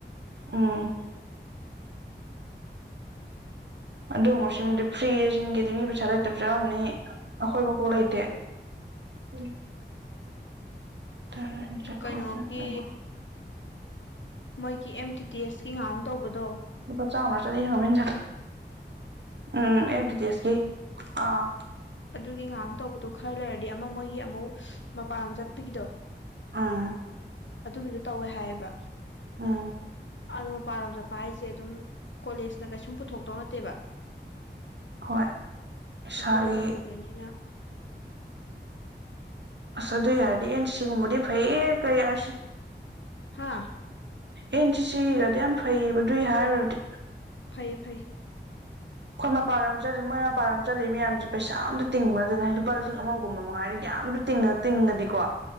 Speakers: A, on the right; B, on the left.
A: ꯎꯝ ꯑꯗꯨꯃꯣꯁꯤꯗꯤ ꯐ꯭ꯔꯤꯁꯤ ꯀꯦꯗꯤ ꯃꯤ ꯄꯩꯁꯥ ꯂꯩ ꯇꯕꯁꯨ ꯑꯃꯅꯤꯝꯅꯤ ꯑꯩꯈꯣꯏ ꯃ ꯀ
B: ꯍꯣꯏ
A: ꯂꯩꯇ ꯎꯝ ꯆ ꯍ ꯆ
B: ꯀꯩꯅꯣꯒꯤ
A: ꯄꯥꯎ ꯍ
B: ꯃꯣꯏꯒꯤ ꯑꯦꯝ ꯇꯤ ꯇꯤ ꯑꯦꯁꯀꯤ ꯉꯍ ꯇꯧꯕꯗꯣ
A: ꯄꯥ ꯆꯥ ꯑꯃꯔ ꯆ ꯂꯩꯅꯃꯤ ꯆꯠ ꯎꯝ ꯑꯦꯗꯤ ꯇꯤꯁꯀꯤ ꯑꯥ
B: ꯑꯗꯨꯒꯤ ꯉꯥꯏꯍꯥꯛ ꯇꯧꯕꯗꯣ ꯈꯔ ꯂꯩꯔꯗꯤ ꯑꯃ ꯃꯣꯏꯒꯤ ꯑꯃꯨꯛ ꯃꯄꯥꯟ ꯆꯠꯄꯒꯤꯗꯣ
A: ꯑꯥ
B: ꯑꯗꯨꯒꯤꯗꯨꯣ ꯇꯧꯋꯦ ꯍꯥꯏꯌꯦꯕ
A: ꯑ
B: ꯑꯗꯨ ꯃꯄꯥꯟ ꯂꯝ ꯆꯠꯄ ꯍꯥꯏꯁꯦ ꯑꯗꯨꯝ ꯀꯣꯂꯦꯖꯅ ꯀꯩꯁꯨꯝ ꯄꯨꯊꯣꯛꯇꯧ ꯅꯠꯇꯦꯕ
A: ꯍꯣꯏ ꯏꯁꯥꯒꯤ
B: ꯑꯩꯈꯣꯏꯅ ꯇꯧꯖꯗꯣꯏꯅꯤꯅ
A: ꯑꯁ ꯑꯗꯨꯏ ꯍꯥꯏꯔꯗꯤ ꯑꯦꯟ ꯁꯤꯒꯨꯝꯕꯗꯤ ꯐꯩꯌꯦ ꯀꯩ ꯑꯁ
B: ꯍꯥꯥ
A: ꯑꯦꯟ ꯁꯤ ꯁꯤꯒꯗꯤ ꯌꯥꯝ ꯐꯩꯌꯦꯕ ꯑꯗꯨꯏ ꯍꯥꯏꯔꯨꯔꯗꯤ
B: ꯐꯩꯌꯦ ꯐꯩꯌꯦ
A: ꯈꯣꯏ ꯃꯄꯥꯟ ꯂꯝꯗ ꯆꯠꯂꯤ ꯃꯣꯏ ꯃꯄꯥꯟ ꯂꯝ ꯆꯠꯂꯤ ꯃꯌꯥꯝꯁꯦ ꯄꯩꯁꯥ ꯑꯝꯇ ꯇꯤꯡꯕ ꯅꯠꯇꯦ ꯂꯨꯄꯥ ꯂꯤꯁꯤꯡ ꯑꯃꯒꯨꯝꯕ ꯃꯉꯥꯏꯔ ꯌꯥꯝꯁꯨ ꯇꯤꯡꯉ ꯇꯤꯡꯉꯗꯤꯀꯣ